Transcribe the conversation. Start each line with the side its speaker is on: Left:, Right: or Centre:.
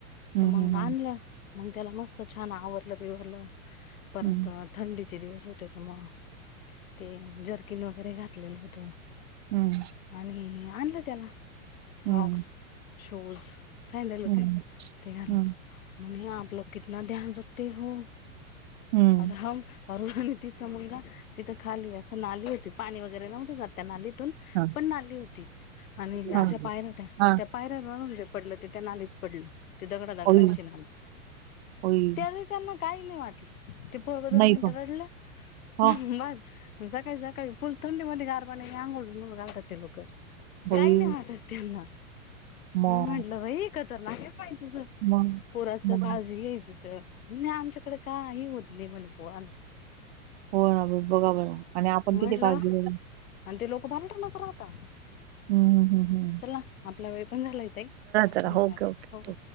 Right: हम्म
Left: तर मग
Right: हम्म
Left: आणलं मग त्याला मस्त छान आवरलं बिवरलं परंत
Right: हम्म
Left: थंडी चे दिवस होते त मग ते जर्किन वगैरे घातलेलं होत.
Right: हम्म!
Left: आणि आणलं त्याला साक्स,
Right: हम्म
Left: शूज, सँडल होते
Right: हम्म हम्म
Left: ते घालून.
Right: हम्म
Left: म्हणे! आपलं कितना ध्यान रखते हो,
Right: हम्म
Left: और हम. अरुंधती चा मुलगा. तिथं खाली असं नाली होती, पाणी वगैरे नव्हतं जात त्या नालीतून
Right: हा
Left: पण नाली होती. आणि
Right: हा!
Left: अशा पायऱ्या होत्या
Right: हा
Left: त्या पायऱ्यांवरून जे पडलं ते त्या नालीत पडलं ते दगडा दगडांची
Right: होई
Left: नालीत
Right: होई
Left: त्या त्यांना काही नाही वाटलं ते पोर दोन
Right: नाही
Left: मिनिटं
Right: का
Left: रडलं मग
Right: हा
Left: सकाळी- सकाळी फुल थंडी मध्ये गार पाण्यांनी आंघोळ घालतात ते लोक काही
Right: होई
Left: नाही वाटत! त्यांना
Right: मग
Left: मी म्हटलं बाई एकत्र लागले पाय तुझं.
Right: मग
Left: पोराच
Right: मग
Left: काळजी घ्यायची तर म्हणे आमच्याकडे काही होत नाही म्हणे पोर
Right: हो ना बघा बघा आणि आपण
Left: म्हटलं
Right: किती काळजी घेणार.
Left: आणि ते लोक भहे टा नक राहतात.
Right: हम् हम हम हम
Left: चला आपला वेळ पण झाला इेत
Right: चला
Left: धन्यवाद
Right: ओके ओके ओके
Left: हो.